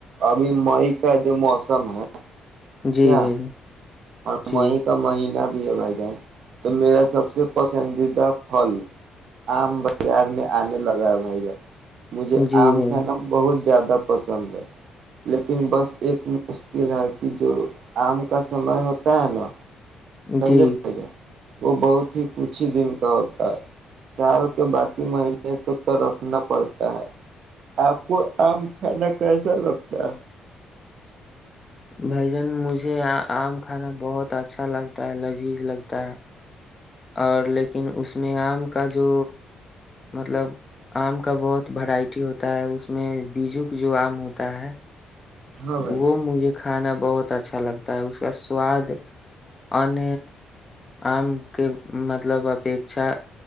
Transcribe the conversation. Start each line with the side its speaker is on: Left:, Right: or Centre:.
Right: ابھی مئی کا جو موسم <inaudible>
Left: جی
Right: کیا
Left: بھائی جان
Right: اور
Left: جی
Right: می کا مہینہ بھائی جان تو میرا سب سے پسندیدہ پھل آم بازار میں آنے لگا ہے بھائی جان مجھے
Left: جی
Right: آم
Left: بھائی
Right: کھانا
Left: جان
Right: بہت زیادہ پسند ہے لیکن بس ایک مشکل ہے کہ جو آم کا سمے ہوتا ہے نا سمجھو
Left: جی
Right: وہ بہت ہی کچھ ہی دن کا ہوتا ہے سال کے باقی مہینے تو ترسنا پڑتا ہے آپ کو آم کھانا کیسا لگتا ہے
Left: بھائی جان مجھے آم کھانا بہت اچھا لگتا ہے لذیذ لگتا ہے اور لیکن اس میں آم کا جو مطلب آم کا بہت وورائٹی ہوتا ہے اس میں بیجو کا جو آم ہوتا ہے
Right: ہاں بھائی
Left: وہ مجھے کھانا بہت اچھا لگتا ہے اس کا سواد ان آم کے مطلب اپیھا